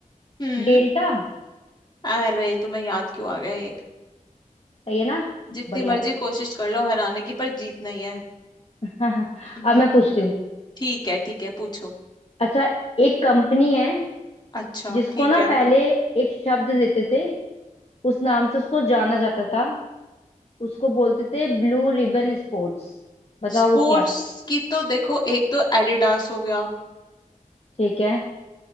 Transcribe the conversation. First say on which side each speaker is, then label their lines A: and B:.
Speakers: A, on the left (about 30°); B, on the left (about 45°).
A: हम्म
B: डेल्टा
A: अरे तुम्हें याद क्यों आ गया ये
B: सही है ना
A: जितनी
B: बढ़िया
A: मर्जी कोशिश कर लो हराने की पर जीत नहीं है
B: <laughs>
A: हम्म
B: अब मैं पूछती हूँ
A: ठीक है ठीक है पूछो
B: अच्छा एक कंपनी है
A: अच्छा
B: जिसको
A: ठीक
B: ना
A: है
B: पहले एक शब्द देते थे उस नाम से उसको जाना जाता था उसको बोलते थे ब्लू रिबन स्पोर्ट्स बताओ
A: स्पोर्ट्स
B: वो क्या
A: की तो देखो एक तो एडिडास हो गया
B: ठीक है